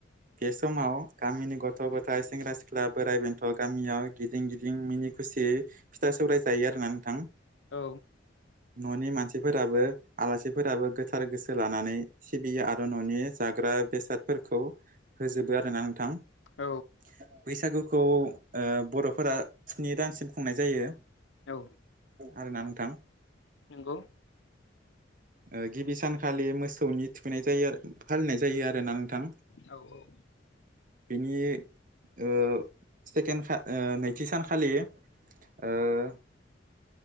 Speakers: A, on the right; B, on the left.
A: बे समाव गामिनि गथ' गथाय सेंग्रा सिख्ला बोराइ बेन्थ' गामियाव गिदिं गिदिं मिनि खुसि फिथा सौराय जायो आरो ना नोंथां।
B: औ।
A: न'नि मानसिफोराबो आलासिफोराबो गोथार गोसो लानानै सिबियो आरो न'नि जागोन ओ बेसादफोरखौ होजोबो आरोना नोंथां ‌
B: औ
A: बैसागुखौ ओ बर'फोरा स्नि दानसिम खुंनाय जायो।
B: औ
A: आरो नां थां।
B: नंगौ
A: ओ गिबि सानखालि मोसौनि थुख खैनाय जायो आरो फालिनाय जायो आरोना नोंथां।
B: औ औ
A: बिनि ओ सेकेणड खा ओ नैथि सानखालि ओह